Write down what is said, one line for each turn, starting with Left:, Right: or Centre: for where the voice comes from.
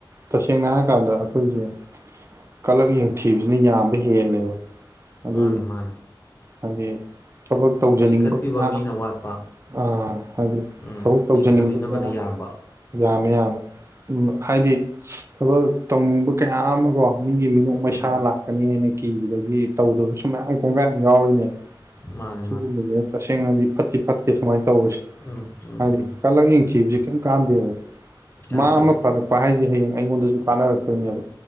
Right: ꯇꯁꯦꯡꯅ ꯍꯥꯏꯔ ꯀꯥꯟꯗ ꯑꯩꯈꯣꯏꯁꯦ ꯀꯜꯂꯛ ꯌꯦꯡ ꯊꯤꯕꯅ ꯌꯥꯝꯕ ꯍꯦꯜꯂꯦꯕ
Left: ꯃꯥꯅꯤ
Right: ꯑꯗꯨ
Left: ꯃꯥꯅꯤ
Right: ꯍꯥꯏꯗꯤ ꯊꯕꯛ ꯇꯧꯖꯅꯤꯡꯕ
Left: ꯆꯤꯡꯈꯠꯄꯤꯕ
Right: ꯀꯌꯥ
Left: ꯃꯤꯅ
Right: ꯑꯃ
Left: ꯋꯥꯠꯄ
Right: ꯑꯥ ꯍꯥꯏꯗꯤ
Left: ꯎꯝ
Right: ꯊꯕꯛ ꯇꯧꯖꯅꯤꯡꯕ
Left: ꯆꯤꯡꯊꯕꯤꯅꯕꯅ
Right: ꯀꯌꯥ
Left: ꯌꯥꯝꯕ
Right: ꯌꯥꯝꯃꯦ ꯎꯝ ꯍꯥꯏꯗꯤ ꯊꯕꯛ ꯇꯧꯅꯤꯡꯕ ꯀꯌꯥ ꯑꯃ ꯀꯣ ꯃꯤꯒꯤ ꯃꯤꯅꯣꯛ ꯃꯩꯁꯥ
Left: ꯎꯝ
Right: ꯂꯥꯛꯀꯅꯤ ꯍꯥꯏꯅ ꯀꯤꯕꯗꯒꯤ ꯇꯧꯗꯕ ꯁꯨ ꯃꯌꯥꯝ ꯀꯣꯡꯒꯥꯏ ꯑꯃ ꯌꯥꯎꯔꯤꯅꯦ
Left: ꯃꯥꯅꯦ
Right: ꯁꯤꯒꯨꯝꯕꯁꯦ ꯇꯁꯦꯡꯅꯗꯤ ꯐꯠꯇꯤ ꯐꯠꯇꯦ ꯁꯨꯃꯥꯏꯅ ꯇꯧꯕꯁꯦ
Left: ꯎꯝ ꯎꯝ
Right: ꯍꯥꯏꯗꯤ
Left: ꯎꯝ
Right: ꯀꯂꯛ ꯌꯦꯡꯊꯤꯕꯁꯤ ꯀꯔꯤꯝ ꯀꯥꯟꯅꯗꯦꯕ
Left: ꯀꯥꯟꯅꯗꯦ
Right: ꯃꯥ ꯑꯃ ꯐꯔꯛꯄ ꯍꯥꯏꯁꯦ ꯍꯌꯦꯡ ꯑꯩꯉꯣꯟꯗꯁꯨ ꯀꯥꯟꯅꯔꯛꯇꯣꯏꯅꯦꯕ